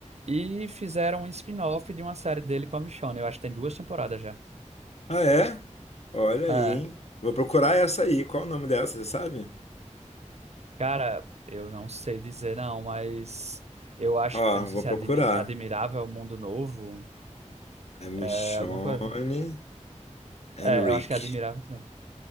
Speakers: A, on the right (about 60°); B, on the left (about 60°).
A: E fizeram um spin-off de uma série dele com a Michonne. Eu acho que tem duas temporadas já.
B: Ah, é? Olha
A: É.
B: aí, hein? Vou procurar essa aí. Qual o nome dela, você sabe?
A: Cara, eu não sei dizer não, mas eu acho,
B: Ó,
A: eu não sei
B: vou
A: se
B: procurar.
A: é admi- admirável é o mundo novo,
B: É Michonne
A: é alguma coisa.
B: Henrique.
A: É, eu acho que é admirável. não.